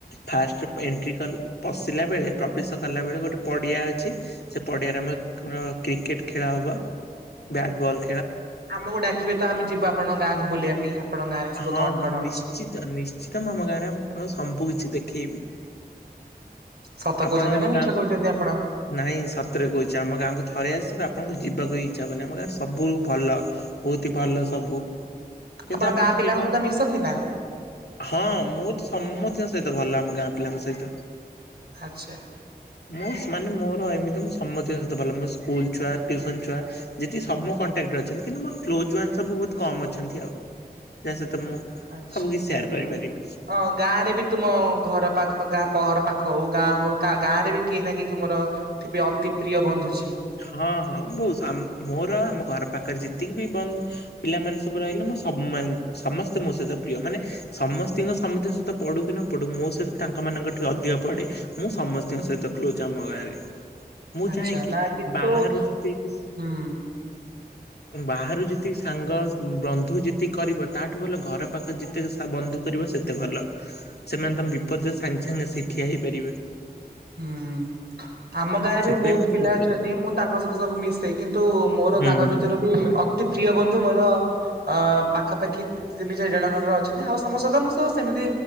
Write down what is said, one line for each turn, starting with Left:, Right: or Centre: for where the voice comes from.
Left: ଫାଷ୍ଟ ଏଣ୍ଟ୍ରି କଲେ ପଶିଲା ବେଳେ ପ୍ରବେଶ କଲା ବେଳେ ଗୋଟେ ପଡିଆ ଅଛି ସେ ପଡିଆରେ ଆମେ କ୍ରିକେଟ ଖେଳା ହବା ବ୍ୟାଟବଲ୍।
Right: ଆମକୁ ଡାକିବେ ତ ଆମେ ଯିବା ଆପଣଙ୍କ ଗାଁକୁ ବୁଲିବା ପାଇଁ ଆପଣଙ୍କ ଗାଁରେ ସବୁ
Left: ହଁ
Right: କଣ
Left: ହଁ
Right: କଣ
Left: ନିଶ୍ଚିତ
Right: ଅଛି।
Left: ନିଶ୍ଚିତ ମୁଁ ଆମ ଗାଁରେ ଆପଣ ସବୁ କିଛି ଦେଖେଇବି।
Right: ସତ
Left: ଆପଣ
Right: କହୁଛନ୍ତି
Left: ଆମ
Right: ନା ମିଛ
Left: ଗାଁକୁ?
Right: କହୁଛନ୍ତି ଆପଣ
Left: ନାଇଁ ସତରେ କହୁଛି ଆମ ଗାଁକୁ ଥରେ ଆସିବେ ଆପଣଙ୍କୁ ଯିବାକୁଁ ଇଚ୍ଛା ହବନି ଆମ ଗାଁରେ ସବୁ ଭଲ। ବହୁତ ହ ଭଲ ସବୁ କିନ୍ତୁ
Right: ଆପଣ
Left: ଆମର
Right: ଗାଁ
Left: ଟିକେ
Right: ପିଲାଙ୍କ
Left: କଣ
Right: ସହିତ ମିଶନ୍ତି ନା?
Left: ହଁ ମୁଁ ତ ସମସ୍ତଙ୍କ ସହିତ ଭଲ ଆମ ଗାଁ ପିଲାଙ୍କ ସହିତ।
Right: ଆଚ୍ଛା।
Left: ମୁଁ ମାନେ ମୋର ଏମିତି ସମତିଙ୍କ ସଇତ ଭଲ। ସ୍କୁଲ ଛୁଆ ଟ୍ୟୁସନ୍ ଛୁଆ ଯେତିକିସବୁ କଣ୍ଟାକ୍ଟରେ ଅଛନ୍ତିକିନ୍ତୁ ମୋର କ୍ଲୋଜ ୱାନ୍ ସବୁ ବହୁତ କମ ଅଛନ୍ତି ଆଉ। ଯା ସହିତ ମୁଁ
Right: ଆଚ୍ଛା
Left: ସବୁ କିଛି ସେୟାର
Right: ହୁଁ।
Left: କରିପାରିବି।
Right: ହଁ ଗାଁ ରେ ବି ତୁମ ଘର ପାଖ ଗାଁ ଘର ପାଖ ହଉ ଗାଁ ହଉ ତା ଗାଁରେ ବି କେହି ନା କେହି ତୁମର ଥିବେଅତି ପ୍ରିୟ ବନ୍ଧୁଛି
Left: ହଁ ହଁ ବହୁ ମୋର ଆମ ଘର ପାଖରେ ଯେତିକି ବି ବନ୍ଦ ପିଲାମାନେ ସବୁ ରହିଲେ ମୋର ସମସ୍ତେ ମୋ ସହିତ ପ୍ରିୟ ମାନେ ସମସ୍ତଙ୍କ ସମସ୍ତଙ୍କ ସହିତ ପଢୁ କି ନ ପଢୁ ମୋ ସହିତ ତାଙ୍କ ମାନଙ୍କ ଟିକେ ଅଧିକ ପଢେ। ମୁଁ ସମସ୍ତଙ୍କ ସହିତ କ୍ଲୋଜ ଆମ ଗାଁରେ। ମୁଁ
Right: ଆଛା
Left: ଚାହେଁ କିି
Right: ନା କିନ୍ନ୍ତୁ
Left: ବାହାରୁ
Right: ହୁଁ।
Left: ଯେତିକି ବାହାରୁ ଯେତିକି ସାଙ୍ଗ ବନ୍ଧୁ ଯେତିକି କରିବ, ତାଠୁ ଭଲ ଘର ପାଖରେ ଯେତକ ବନ୍ଧୁ କରିବ ସେ ତେ ଭଲ, ସେମାନେ ତମେ ବିପଦରେ ସାଙ୍ଗେ ସାଙ୍ଗେ ଆସିକି ଠିଆ ହେଇପାରିବେ।
Right: ହୁଁ, ଆମ ଗାଁରେ
Left: ସେଥିପାଇଁ
Right: ବି ବହୁତ
Left: ମତେ
Right: ପିଲା ଅଛନ୍ତି,
Left: ଭଲ ଲାଗେ
Right: ମୁଁ ତାଙ୍କ ସହିତ ସବୁ ମିଶେ କିନ୍ତୁ ମୋର
Left: ହୁଁ
Right: ତାଙ୍କ ଭିତରୁ ବି ଅତି ପ୍ରିୟ ବନ୍ଧୁ ମୋର ଅ ପାଖାପାଖି ତି ତିନି ଚାରି ଜଣ ଖଣ୍ଡରେ ଅଛନ୍ତି, ଆଉ ସମସ୍ତେ ମୁଁ ସହ ସେମିତି